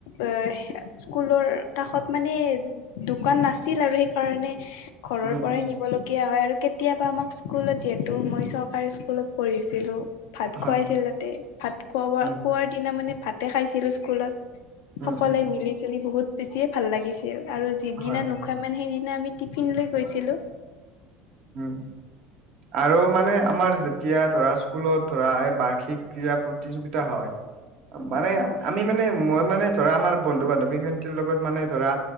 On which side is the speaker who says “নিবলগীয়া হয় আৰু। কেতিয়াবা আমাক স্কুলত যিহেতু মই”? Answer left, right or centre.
Left